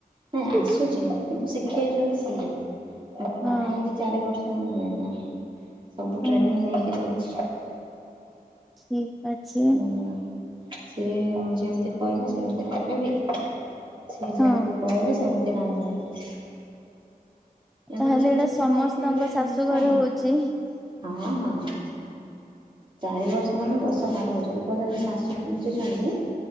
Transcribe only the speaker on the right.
ନାଇଁ
ଆସୁଛି
କିନ୍ତୁ ଶିଖେଇଚନ୍ତି ସିଏ ମୋ
ବାହା ହେଇକି ଚାରି ବର୍ଷ ହେଲାଣି ସବୁ
ଟ୍ରେନିଂ ନେଇକିରି ଅଛି।
ବୁଝିଲ। ସିଏ ଯେମିତି କଇବେ ସେମିତି ଏବେବି ସିଏ ଯେମିତି
କଇବେ ସେମିତି ରାନ୍ଧିବାର ଅଛି। ଏମାନେ
ସବୁ
ସେମିତି
ଖାଇ ଖୁଆଇକି ଅଭ୍ୟାସ
ହଁ ହଁ। ଚାରି ବର୍ଷ ମାନେ ଦଶ ବାର ଯଉ ପର୍ଯ୍ୟନ୍ତ ଶାଶୁ ବଞ୍ଚିଚନ୍ତି